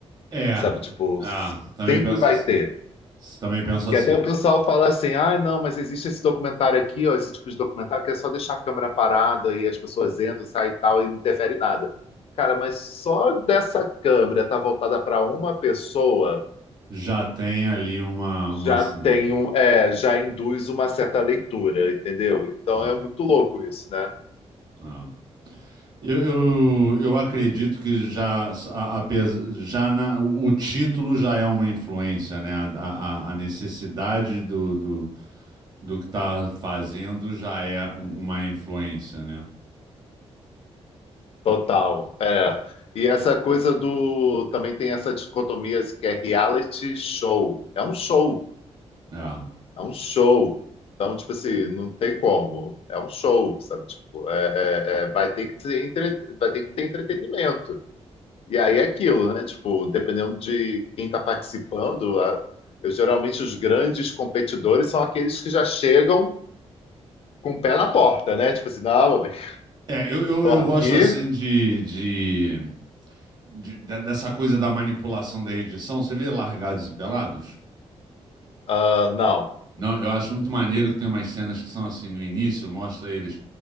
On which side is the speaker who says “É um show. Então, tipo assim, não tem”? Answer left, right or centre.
Left